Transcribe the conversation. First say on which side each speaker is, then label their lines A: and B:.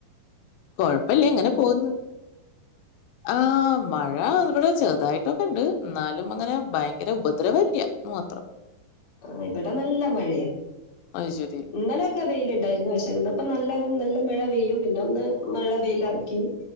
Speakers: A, on the left; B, on the left.
A: കൊഴപ്പില്ലേ എങ്ങനെ പോകുന്നു ആഹ മഴ ഇവിടെ ചേ ഇതായിട്ടൊക്കെ ഉണ്ട് എന്നാലും അങ്ങനെ ഭയങ്കര ഉപദ്രവല്ല മാത്രം
B: ആ ഇവിടെ നല്ല മഴയാ
A: അത് ശരി.
B: ഇന്നലെയൊക്കെ വെയിലുണ്ടായിരുന്നു പക്ഷേ ഇന്നപ്പോ നല്ല നല്ല മഴ പെയ്യും പിന്നെ ഒന്ന് മഴ വെയില ആക്കും